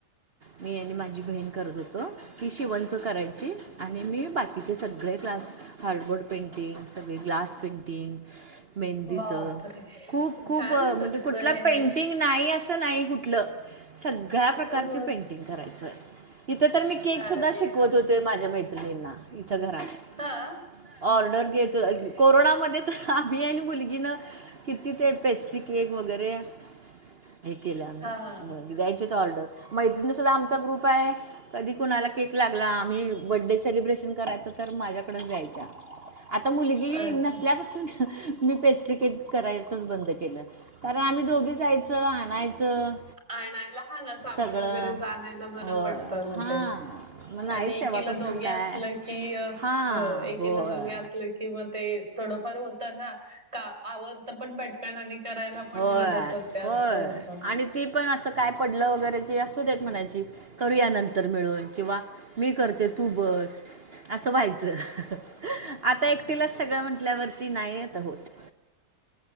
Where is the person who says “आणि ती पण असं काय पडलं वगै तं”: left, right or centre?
Right